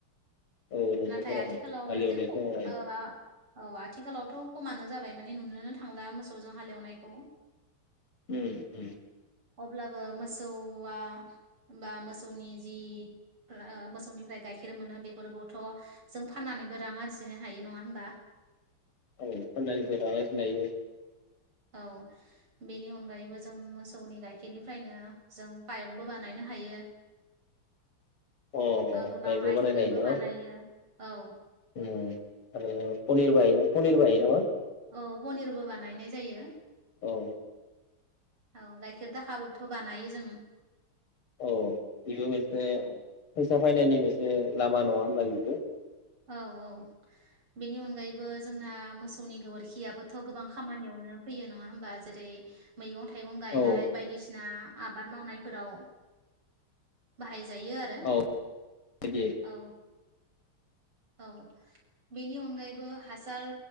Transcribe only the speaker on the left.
औ नंगौथ'
र'
हालेवनाय
समावहाय
उम उम
औ <unintelligible>
अ
पाइकबो
बानायायनाय न
ओ आरो पनिर बाे न पनिर बो हायो नङा
औ
औ बेबो मोनसे
फैसा फायनायनि मोनसे लामा नङा होनबा बिबो
औ
औ बिदि